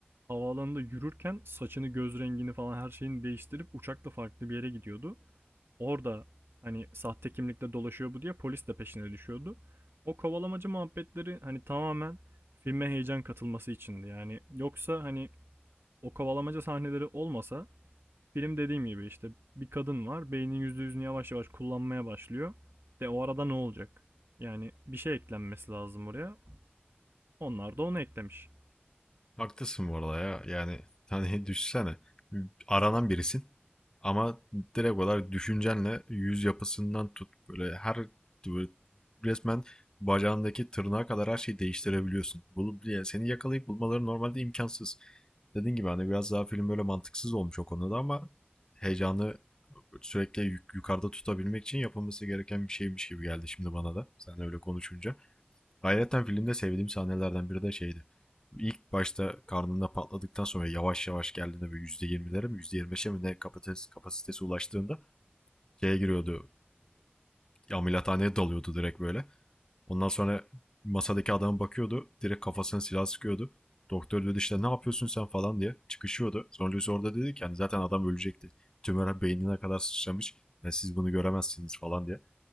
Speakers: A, on the right; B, on the left.
A: Havaalanında yürürken saçını, göz rengini falan her şeyini değiştirip uçakla farklı bir yere gidiyordu. Orada hani sahte kimlikle dolaşıyor bu diye polis de peşine düşüyordu. O kovalamaca muhabbetleri hani tamamen filme heyecan katılması içindi. Yani yoksa hani o kovalamaca sahneleri olmasa film dediğim gibi işte bir kadın var beynin yüzde yüzünü yavaş yavaş kullanmaya başlıyor. De o arada ne olacak? Yani bir şey eklenmesi lazım oraya. Onlar da onu eklemiş.
B: Haklısın bu arada ya. Yani hani <laughs> düşsene aranan birisin ama direkt olarak düşüncenle yüz yapısından tut böyle her böyle resmen bacağındaki tırnağa kadar her şeyi değiştirebiliyorsun. Bulup, yani seni yakalayıp bulmaları normalde imkansız. Dediğin gibi hani biraz daha film böyle mantıksız olmuş o konuda ama heyecanı sürekli yuk- yukarıda tutabilmek için yapılması gereken bir şeymiş gibi geldi şimdi bana da. Sen öyle konuşunca. Hayretten filmde sevdiğim sahnelerden biri de şeydi. İlk başta karnında patladıktan sonra yavaş yavaş geldiğinde böyle %20'lere mi %25'e mi ne kapasitesi, kapasitesi ulaştığında şeye giriyordu. E, ameliyathaneye dalıyordu direkt böyle. Ondan sonra masadaki adama bakıyordu. Direkt kafasına silah sıkıyordu. Doktor dedi işte ne yapıyorsun sen falan diye çıkışıyordu. Sonra Lucy orada dedi ki yani zaten adam ölecekti. Tümör beynine kadar sıçramış. Yani siz bunu göremezsiniz falan diye.